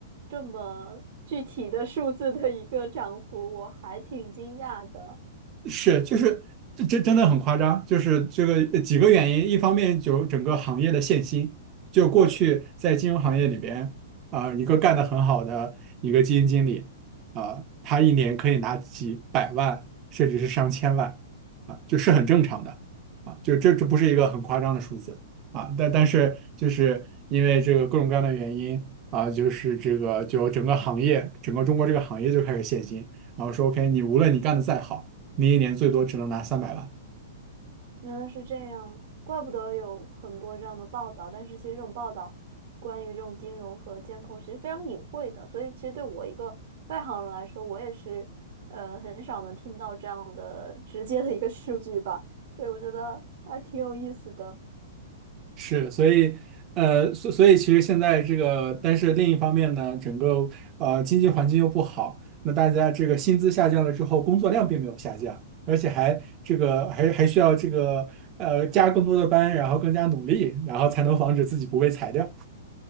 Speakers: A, on the right; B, on the right.
A: 这么具体的数字的一个涨幅，我还挺惊讶的。
B: 是，就是这这真的很夸张，就是这个呃几个原因，一方面就整个行业的限薪，就过去在金融行业里边啊、一个干得很好的一个基金经理啊、他一年可以拿几百万，甚至是上千万啊，就是很正常的啊，就这这不是一个很夸张的数字啊，但但是就是因为这个各种各样的原因啊，就是这个就整个行业，整个中国这个行业就开始限薪，然后说 OK，你无论你干得再好。你一年最多只能拿三百万。
A: 原来是这样，怪不得有很多这样的报道。但是其实这种报道关于这种金融和监控其实非常隐晦的，所以其实对我一个外行人来说，我也是呃很少能听到这样的 <laughs> 直接的一个数据吧。所以我觉得还挺有意思的。
B: 是，所以，呃，所所以其实现在这个，但是另一方面呢，整个呃经济环境又不好，那大家这个薪资下降了之后，工作量并没有下降，而且还这个还还需要这个呃加更多的班，然后更加努力，然后才能防止自己不被裁掉。